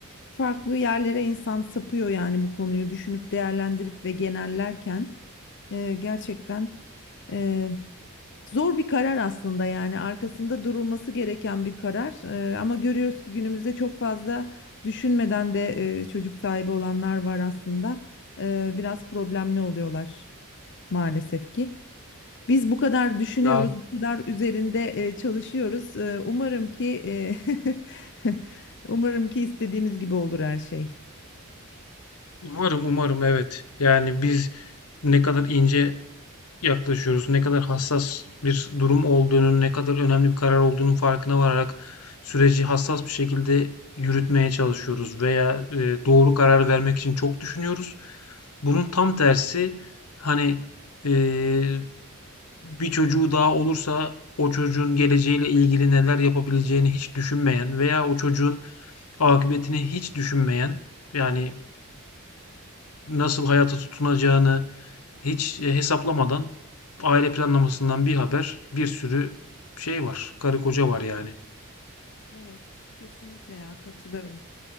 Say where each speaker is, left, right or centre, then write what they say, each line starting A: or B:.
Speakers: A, on the left; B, on the left.
A: farklı yerlere insan sapıyor yani bu konuyu düşünüp değerlendirip ve genellerken Ee, gerçekten e, zor bir karar aslında yani arkasında durulması gereken bir karar. Ee, ama görüyoruz ki günümüzde çok fazla düşünmeden de e, çocuk sahibi olanlar var aslında. Ee, biraz problemli oluyorlar maalesef ki. Biz bu kadar düşünüyoruz,
B: Ya
A: bu kadar üzerinde e, çalışıyoruz. E, umarım ki e, <laughs> umarım ki istediğimiz gibi olur her şey.
B: umarım umarım evet. Yani biz ne kadar ince yaklaşıyoruz. Ne kadar hassas bir durum olduğunun, ne kadar önemli bir karar olduğunun farkına vararak süreci hassas bir şekilde yürütmeye çalışıyoruz veya e, doğru karar vermek için çok düşünüyoruz. Bunun tam tersi hani e, bir çocuğu daha olursa o çocuğun geleceğiyle ilgili neler yapabileceğini hiç düşünmeyen veya o çocuğun akıbetini hiç düşünmeyen yani nasıl hayata tutunacağını hiç, eee, hesaplamadan aile planlamasından bir haber, bir sürü şey var, karı koca var yani.
A: Evet, kesinlikle ya katılıyorum.